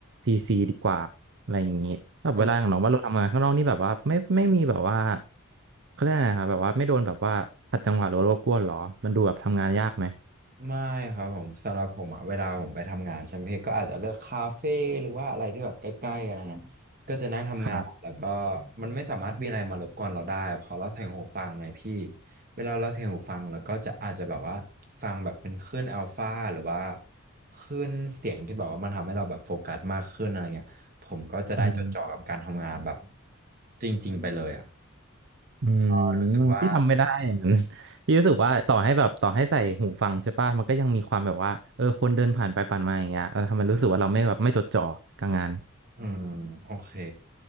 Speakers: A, on the right; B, on the right.
A: PC ดีกว่า อะไรอย่างนี้แบบเวลาขอย่างน้องว่าเราทำงานข้างนอกนี่แบบว่าไม่ไม่มีแบบว่า
B: ม
A: เขาเรียกอะไรนะครับแบบว่าไม่โดนแบบว่าขัดจังหวะหรือว่ารบกวนหรอ มันดูแบบทำงานยากไหม
B: ไม่ครับผมสำหรับผมอะเวลาผมไปทำงานใช่ไหมพี่ก็อาจจะเลือกคาเฟ่หรือว่าอะไรที่แบบใกล้ๆอะไรเงี้ยก็จะนั่งทำงานแล้วก็
A: ครับ
B: มันไม่สามารถมีอะไรมารบกวนเราได้เพอเราใส่หูฟังไงพี่เวลาเราใส่หูฟังแล้วก็จะอาจจะแบบว่าฟังแบบเป็นคลื่นอัลฟาหรือว่าคลื่นเสียงที่แบบว่ามันทำให้เราแบบโฟกัสมากขึ้นอะไรเงี้ยผมก็จะได้จดจ่อกับการทำงานแบบ
A: อืม
B: จริงๆไปเลยอ่ะ
A: อืม
B: ก็รู้สึกว่า
A: ที่ทำไม่ได้อย่างนั้น <laughs> ที่รู้สึกว่าต่อให้แบบต่อให้ใส่หูฟังใช่ป่ะมันก็ยังมีความแบบว่าเออคนเดินผ่านไปผ่านมาอย่างเงี้ยเราทำให้รู้สึกว่าเราไม่แบบไม่จดจ่อกับงาน
B: อืมโอเค